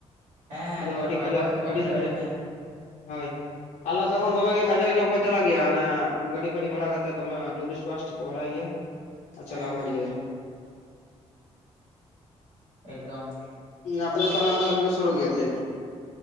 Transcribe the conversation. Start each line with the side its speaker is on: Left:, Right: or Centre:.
Right: ᱦᱮᱸ ᱦᱮᱸ
Left: ᱟᱫᱚ
Right: ᱫᱷᱚᱨᱚᱢ
Left: ᱟᱹᱰᱤ
Right: ᱟᱵᱚᱣᱟᱜ
Left: ᱠᱟᱡᱟᱠ
Right: ᱡᱚᱛᱚ
Left: ᱟᱹᱰᱤ
Right: ᱠᱷᱚᱱ ᱞᱟᱹᱴᱩ
Left: ᱟᱹᱰᱤ
Right: ᱦᱮᱸ
Left: ᱦᱳᱭ, ᱟᱞᱮ ᱱᱚᱛᱮ ᱠᱷᱚᱱ ᱫᱚᱢᱮ ᱜᱮ ᱠᱟᱡᱟᱠ ᱧᱚᱜ ᱠᱚ ᱪᱟᱞᱟᱜ ᱜᱮᱭᱟ ᱚᱱᱮ ᱜᱟᱹᱰᱤ ᱯᱷᱟᱹᱰᱤ ᱵᱷᱟᱲᱟ ᱠᱟᱛᱮᱫ ᱫᱚᱢᱮ ᱴᱩᱨᱤᱥᱴ ᱵᱟᱥᱴ ᱠᱚ ᱵᱷᱟᱲᱟᱭ ᱜᱮᱭᱟ᱾ ᱟᱨ
Right: ᱦᱮᱸ
Left: ᱪᱟᱞᱟᱜ ᱟᱠᱚ
Right: ᱦᱮᱸ
Left: ᱟᱹᱰᱤ ᱡᱳᱨ᱾
Right: ᱦᱮᱸ ᱮᱠ ᱫᱚᱢ᱾
Left: ᱟᱯᱮ ᱫᱚ ᱛᱟᱦᱚᱞᱮ ᱚᱱᱛᱮ ᱫᱚᱯᱮ ᱥᱳᱨᱳᱜ ᱜᱮᱭᱟ ᱡᱟᱹᱱᱤᱡ?